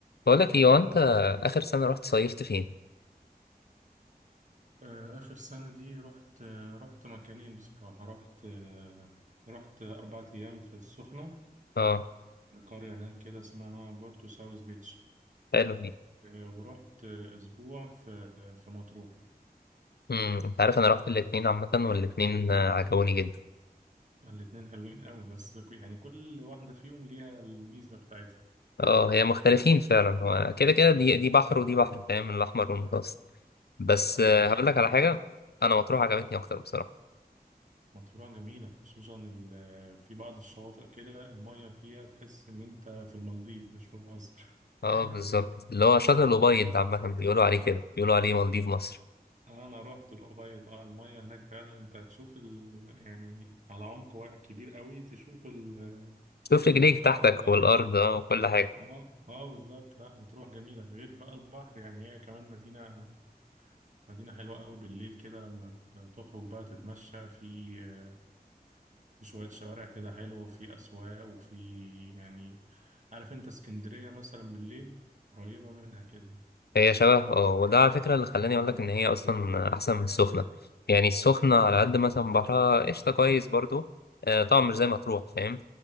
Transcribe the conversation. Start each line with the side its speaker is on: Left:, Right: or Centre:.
Left: بقول لك ايه هو انت اخر سنه رحت صيفت فين
Right: آه، آخر سنة دي رحت آه، رحت مكانين بصراحة رحت آه، رحت أربع أيام في السخنة
Left: اه
Right: لقرية هناك كده اسمها بورتو ساوث بيتش
Left: حلو دي
Right: آه، ورحت آه، أسبوع في آه، في مطروح
Left: امم انت عارف انا رحت الاتنين عامه والاتنين آه، عجبوني جدا
Right: الاتنين حلوين قوي بس كو- يعني كل واحدة فيهم ليها الميزة بتاعتها
Left: اه هي مختلفين فعلا هو كده كده دي دي بحر ودي بحر فاهم الاحمر والمتوسط بس آه،
Right: اه
Left: هقول لك على حاجه انا مطروح عجبتني اكتر بصراحه
Right: مطروح جميلة خصوصا ال- آه، في بعض الشواطئ كده المية فيها تحس إن أنت في المالديف مش في مصر
Left: اه
Right: <laughs>
Left: بالظبط اللي هو شاطئ الأوبايد ده عامه بيقولوا عليه كده بيقولوا عليه مالديف مصر
Right: آه، انا رحت الأبيض اه المية هناك فعلا انت هتشوف ال... يعني على عمق وا- كبير قوي تشوف ال...
Left: شوف رجليك
Right: القاع
Left: تحتك
Right: بتاع
Left: والارض
Right: البحر
Left: اه وكل حاجه
Right: اه آه، بالظبط لا مطروح جميلة غير بقى البحر يعني هي كمان مدينة مدينة حلوة قوي بالليل كده لما ت- تخرج بقى تتمشى في آه، في شوية شوارع كده حلوة وفي أسواق وفي يعني عارف انت اسكندرية مثلا بالليل قريبة منها كده
Left: هي شبه اه وده على فكرة اللي خلاني أقولك إن هي أصلا أحسن من السخنة يعني السخنة على قد مثلا بحرها قشطة كويس برضو آه طبعا مش زي مطروح فاهم